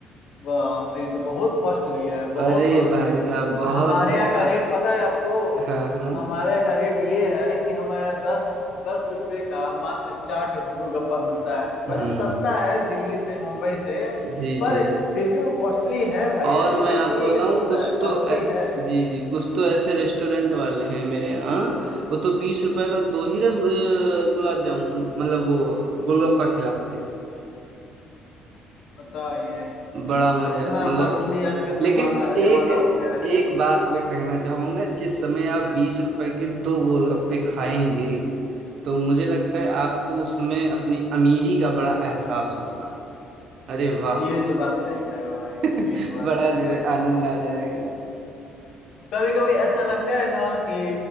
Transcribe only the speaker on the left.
बाप रे ये तो बहुत कॉस्टली है बहुत
कॉस्टली
और हमारे
यहाँ का रेट पता है आपको
हमारे यहाँ का रेट ये है कि हमारे यहाँ दस दस रुपये का मात्र चाट गोलगप्पा मिलता है वैसे
सस्ता है दिल्ली से मुंबई से
पर
फिर भी वो कॉस्टली है भाई
ऐसी
बात
नहीं है कि
सस्ता
है कॉस्टली
है
बताइए
कितना
कॉस्टली आज का जमाना
जमाना हो गया है
ये तो बात सही कहे हो भाई
ये तो बात
सही
कहे
कभी कभी ऐसा लगता है ना कि